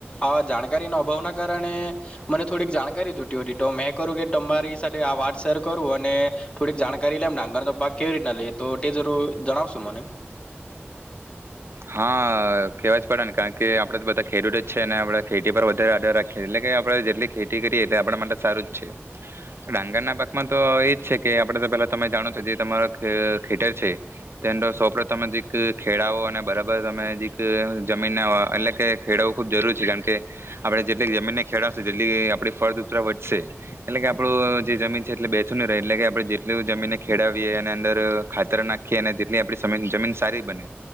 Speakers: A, on the left; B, on the right.
A: આ જાણકારીના અભાવના કારણે મને થોડીક જાણકારી જોટી હતી. તો મેં કરૂ કે તમારી સાથે આ વાત શેર કરું અને થોડીક જાણકારી લેમ ડાંગરનો પાક કેવી રીતના લઈએ. તો તે જરૂર જણાવશો મને?
B: હા, કેવા જ પડે ને કાર કે આપડે તો બધા ખેડૂત જ છે ને આપડે ખેટી પર વધ ધરા ધ રાખે. એટલે કે આપણે જેટલી ખેતી કરીએ તે આપણા માટે સારું જ છે. ડાંગર ના પાકમાં તો એજ છે કે આપડે તો પેલા તમે જાણો છો જે તમારો ક ખેટર છે, તેન્ડો સોપ્ડ તમેં જે ક ખેડાઓ અને બ તમે જીક જમીનને આવા એટલે કે ખેડવવું ખુબ જરૂર છે. કારણ કે, આપળે જેટલી જમીનને ખેડવશુ જેટલી આપડી ફળદૂપત્રા વધશે. એટલે કે, આપડું જે જમીન છે એટલે બેસું ન રહે. એટલે કે આપળે જેટલુ જમીનને ખેડવીએ અને અંદર ખાતર નાખીએ અને તેટલી આપળી સમીન જમીન સારી બને